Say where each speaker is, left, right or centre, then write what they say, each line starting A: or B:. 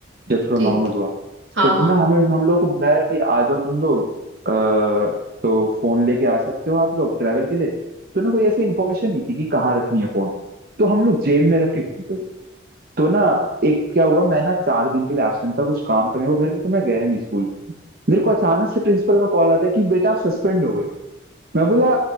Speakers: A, on the right; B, on the right.
A: जब थोड़ा
B: ठीक
A: नॉर्मल हुआ
B: हाँ
A: तो फिर
B: हाँ
A: ना हमें हम लोग को बुलाया कि आ जाओ तुम लोग आ, तो फोन लेके आ सकते हो आप लोग ट्रैवल के लिए तो ना कोई ऐसी इन्फॉर्मेशन नहीं थी कि कहाँ रखनी है फोन तो हम लोग जेब में रख के घूमते थे तो ना एक क्या हुआ मैं ना चार दिन के लिए एबसेंट था कुछ काम था मेरे को घर पे तो मैं गया नहीं स्कूल मेरे को अचानक से प्रिंसिपल का कॉल आता है कि बेटा आप सस्पेंड हो गए हो मैं बोला